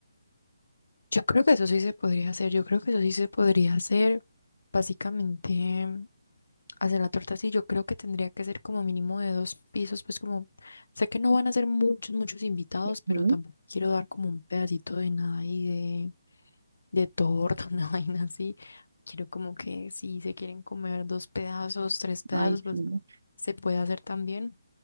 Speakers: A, on the left (about 85°); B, on the right (about 65°).
A: Yo creo que eso sí se podría hacer, yo creo que eso sí se podría hacer, básicamente mm, hacer la torta así, yo creo que tendría que ser como mínimo de dos pisos, pues como sé que no van a ser muchos, muchos invitados, pero
B: Ujú.
A: tampoco quiero dar como un pedacito de nada y de, de torta, <laughs> una vaina así, quiero como que si se quieren comer dos pedazos, tres pedazos,
B: Ay,
A: pues
B: sí. no.
A: se puede hacer también.